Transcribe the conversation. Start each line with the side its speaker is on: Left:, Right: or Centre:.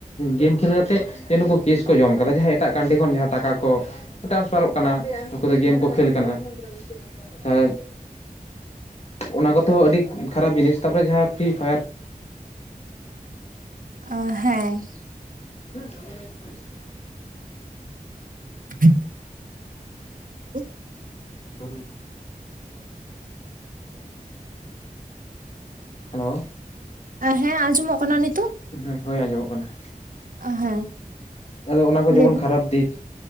Left: ᱜᱮᱢ ᱠᱷᱮᱞ ᱠᱟᱛᱮ ᱡᱮ ᱱᱩᱠᱩ ᱠᱮᱥ ᱡᱚᱢ ᱠᱟᱫᱟ, ᱡᱟᱦᱟᱸᱣ ᱮᱴᱟᱜ ᱠᱟᱱᱴᱤ ᱠᱷᱚᱱ ᱡᱟᱦᱟᱸ ᱴᱟᱠᱟ ᱠᱚ ᱴᱨᱟᱱᱥᱯᱷᱟᱨᱚᱜ ᱠᱟᱱᱟ, ᱱᱩᱠᱩ ᱫᱚ ᱜᱮᱢ ᱠᱚ ᱠᱷᱮᱞ ᱠᱟᱱᱟ ᱾ ᱟᱨ ᱚᱱᱟ ᱠᱚᱛᱚ ᱟᱹᱰᱤ ᱠᱷᱟᱨᱟᱯ ᱡᱤᱱᱤᱥ, ᱛᱟᱯᱚᱨᱮ ᱡᱟᱦᱟᱸ ᱯᱷᱨᱤ ᱯᱷᱟᱭᱟᱨ
Right: ᱚ, ᱦᱮᱸ ᱾
Left: <unintelligible>
Right: <inaudible> <unintelligible>
Left: <unintelligible> <unintelligible> <unintelligible> ᱦᱮᱞᱳ᱾
Right: ᱦᱮᱸ ᱟᱸᱡᱚᱢᱚᱜ ᱠᱟᱱᱟ ᱱᱤᱛᱚᱜ ᱾
Left: ᱦᱚᱸ, ᱦᱳᱭ ᱟᱸᱡᱚᱢᱚᱜ ᱠᱟᱱᱟ᱾
Right: ᱟ, ᱦᱮᱸ᱾
Left: ᱟᱫᱚ ᱚᱱᱟ ᱠᱚ ᱡᱮᱢᱚᱱ
Right: ᱞᱟᱹᱭᱵᱤᱱ
Left: ᱠᱷᱟᱨᱟᱯ ᱫᱤᱠ,